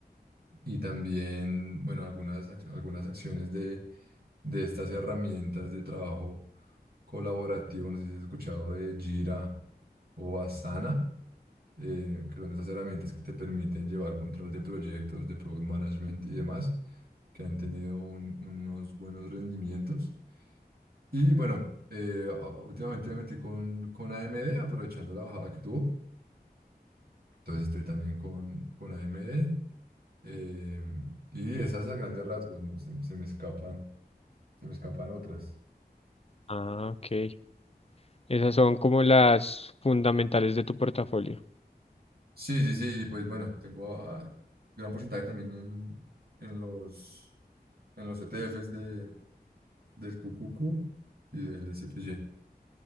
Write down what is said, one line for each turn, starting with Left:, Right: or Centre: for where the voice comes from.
Right: y también, bueno, algunas, ac- algunas acciones de, de estas herramientas de trabajo colaborativo. No sé si has escuchado de Jira o Asana, eh, que son esas herramientas que te permiten llevar control de proyectos, de product management y demás, que han tenido un- unos buenos rendimientos. Y bueno, eh, a- últimamente me metí con, con AMD, aprovechando la bajada que tuvo. Entonces estoy también con, con AMD. eh, y esas a grandes rasgos, ¿no? Se, se me escapan, se me escapan otras.
Left: Ah, ok. Esas son como las fundamentales de tu portafolio.
Right: Sí, sí, sí. Y pues bueno, tengo ah, gran porcentaje también en, en los, en los ETFs de, del QQQ y del SPY.